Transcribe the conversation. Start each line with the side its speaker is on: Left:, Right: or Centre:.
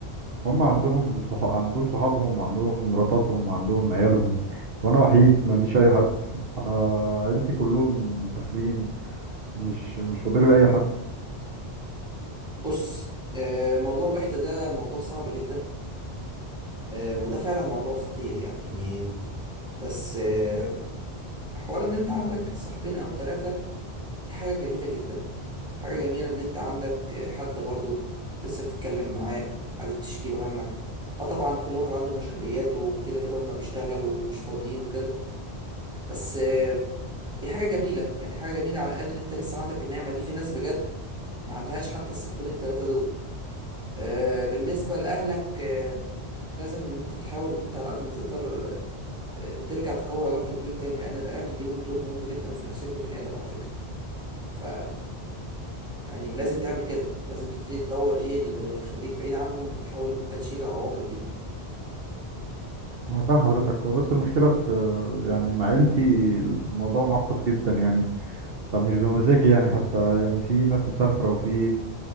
Right: هم عندهم صح... عندهم صحابهم وعندهم مراتاتهم وعندهم عيالهم وانا وحيد ما عنديش اي حد انا عيلتي كلهم مسافرين مش مش فاضل لي اي حد
Centre: بص آه، موضوع الوحده ده موضوع صعب جدا آه، وده فعلا موضوع خطير يعني بس آه، حوار ان انت عندك صاحبين او ثلاثه دي حاجه جميله جدا حاجة جميلة إن أنت عندك حد برضه لسه بتتكلم معاه حد تشكيله همك اه طبعا كل واحد عنده مشغوليات وكده كده هما بيشتغلوا ومش فاضيين وكده بس آه، هي حاجة جميلة يعني حاجة جميلة على الأقل إن أنت لسه عندك النعمة دي في ناس بجد ما عندهاش حتى الصاحبين التلاتة دول آه، بالنسبة لأهلك آه، لازم إن أنت تحاول إن أنت على قد ما تقدر آه، ترجع تقوي علاقتك بيهم تاني لأن الأهل ليهم دور مهم جدا في نفسية البني آدم على فكرة ف يعني لازم تعمل كده لازم تبتدي تطور ايه اللي يخليك بعيد عنهم وتحاول ان انت تشيل العواقب دي
Right: انا فاهم حضرتك هو بس المشكله في يعني مع عيلتي الموضوع معقد جدا يعني فمش بمزاجي يعني حتى يعني في ناس مسافره وفي